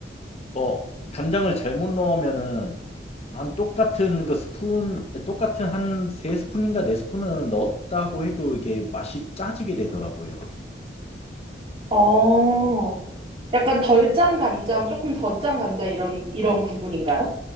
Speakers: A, on the left; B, on the right.
A: 어, 간장을 잘못 넣으면은 한 똑같은 그 스푼, 똑같은 한 세 스푼인가 네 스푼은 넣었다고 해도 이게 맛이 짜지게 되더라고요.
B: 어. 약간 덜 짠 간장, 조금 더 짠 간장 이런, 이런 구분인가요?